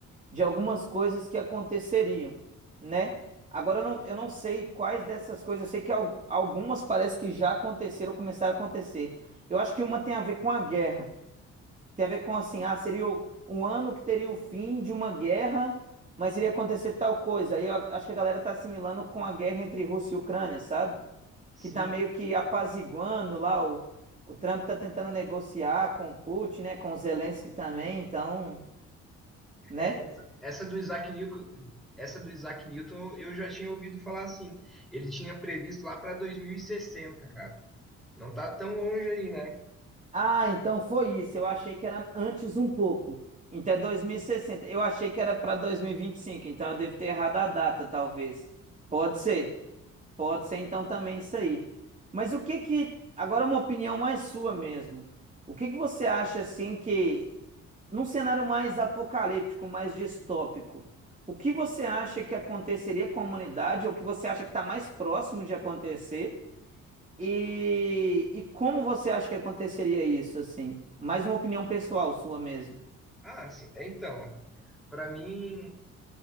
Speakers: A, on the right (about 25°); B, in the centre.
A: de algumas coisas que aconteceriam, né? Agora eu não, eu não sei quais dessas coisas, eu sei que al- algumas parece que já aconteceram, começaram a acontecer. Eu acho que uma tem a ver com a guerra, tem a ver com assim, ah, seria o, um ano que teria o fim de uma guerra, mas iria acontecer tal coisa. Aí eu a- acho que a galera tá assimilando com a guerra entre Rússia e Ucrânia, sabe? Que
B: Sim,
A: tá meio que apaziguando lá, o, o Trump tá tentando negociar com o Putin, né, com o Zelensky também, então, né?
B: É, essa, essa do Isaac Newton, essa do Isaac Newton eu já tinha ouvido falar assim. Ele tinha previsto lá para 2060, cara. Não tá tão longe aí, né?
A: Ah, então foi isso. Eu achei que era antes um pouco. Então é 2060. Eu achei que era para 2025. então eu devo ter errado a data, talvez. Pode ser. Pode ser então também isso aí. Mas o que que, agora uma opinião mais sua mesmo. O que que você acha assim que num cenário mais apocalíptico, mais distópico, o que você acha que aconteceria com a humanidade ou o que você acha que está mais próximo de acontecer? E, e como você acha que aconteceria isso, assim? Mais uma opinião pessoal sua mesmo.
B: Ah, sim. É, Então, para mim